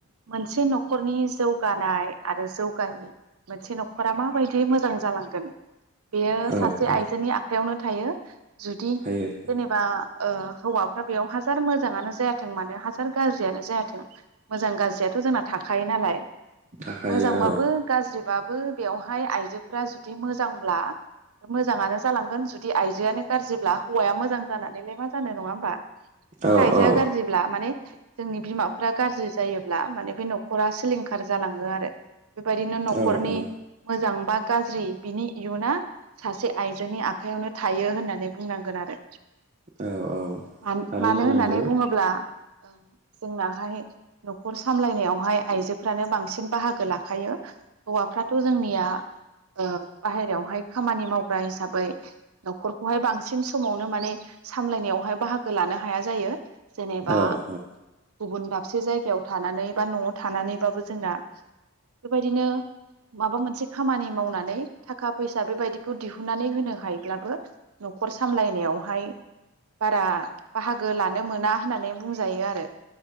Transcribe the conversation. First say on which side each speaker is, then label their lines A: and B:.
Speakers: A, on the right; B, on the right.
A: मोनसे नखरनि जौ गानाय आरो जौगायो मोनसे न खरा माबायदि मोजां जालांगोन बेयो
B: औ
A: सासे
B: औ
A: आइजोनि आखायावनो थायो जुदि
B: थायो थायो
A: जेनेबा ओ हौवाफ्रा बेयाव हाजार मोजाङानो जायाथों मानो हाजार गाज्रियानो जाया थों मोजां गाज्रियाथ जोंना थाखायो नालाय
B: थाखायो
A: मोजांबाबो गाज्रिबा बो बेवहाय आइजोफ्रा जुदि मोजांब्ला मोजाङानो जालांगोन जुदि आइजोआनो गाज्रिब्ला हौवाया मोजां जानानैलाय मा जानो नङा होमबा? बे
B: औ
A: आइजोआ
B: औ
A: गाज्रिब्ला माने जोंनि बिमा फ्रा गाज्रि जायोब्ला माने बे नखरा सिलिंखार जालाङो आरो। बेबायदिनो नखरनि
B: औ औ
A: मोजां बा गाज्रि बिनि इयुना सासे आइजोनि आखयावनो थायो होननानै बुंनांगोन आरो।
B: औ औ
A: मान-मानो
B: थारैनो
A: होननानै
B: नंगौ
A: बुङोब्ला ओ जोंना हाय नखर सामलायनायावहाय आइजोफ्रानो बांसिन बाहागो लाखायो हौवाफ्राथ जोंनिया ओ बाहेरायावहाय खामानि मावग्रा हिसाबै नखरखौहाय बांसिन समावनो माने सामलायनायावहाय बाहागो लानो हाया जायो। जेनेबा
B: औ औ
A: गुबुन दाबसे जायगायाव थानानै बा नआव थानानैबाबो जोंना बेबायदिनो माबा मोनसे खामानि मावनानै थाखा फैसा बेबायदिखौ दिहुननानै होनो हायोब्लाबो नखर सामलायनायावहाय बारा बाहागो लानो मोना होननानै बुंजायो आरो।